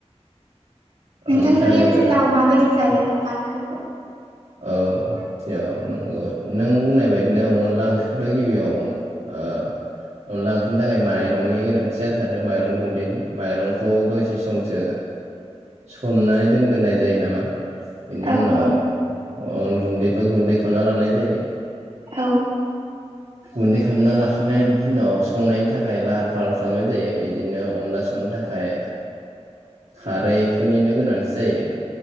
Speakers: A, on the right (about 65°); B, on the right (about 85°).
A: नोंथांमोननि
B: ओमफ्रायो
A: ओनसोलाव माबायदि जायो अनला ओंख्रिखौ?
B: औ इयाव नंगौ नों बुंनाय बायदिनो अनला ओंख्रिखौथ' गिबियाव <unintelligible> अनला ओंख्रिनि थाखाय माइरंनि गोनांथि जाथारो माइरं गुन्दैनि माइरंखौ दसे समसो
A: <unintelligible>
B: सोमनानै दोनग्रोनाय जायो नामा बेनि
A: औ
B: उनाव
A: औ
B: अन गुन्दै बा गुन्दै खालामना लानाय जायो
A: औ
B: गुन्दै खालामना लाखांनायनि उनाव संनायनि थाखाय लाहार फाहार खालामनाय जायो बिदिनो अनला संनो थाखाय खारैफोरनिनो गोनांथि जायो